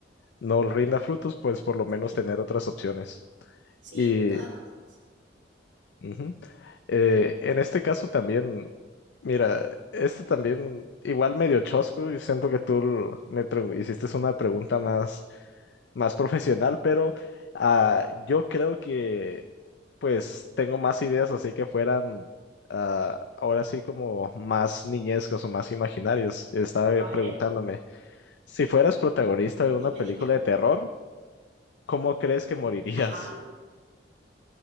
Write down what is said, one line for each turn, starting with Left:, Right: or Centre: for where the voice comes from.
Left: no rinda frutos, pues por lo menos
Right: sí.
Left: tener otras opciones.
Right: Sí,
Left: Y
Right: de todas maneras.
Left: ujú. Eh, en este caso también, mira, este también igual medio chosco y siento que tú l- me pre- hiciste una pregunta más, más profesional, pero ah, yo creo que pues tengo más ideas así que fueran ah, ahora sí como más niñescos o más imaginarios. Estaba
Right: A
Left: preguntándome,
Right: ver,
Left: si fueras protagonista de
Right: dime,
Left: una película
Right: dime.
Left: de terror, ¿cómo crees que morirías?
Right: Ajá.
Left: <laughs>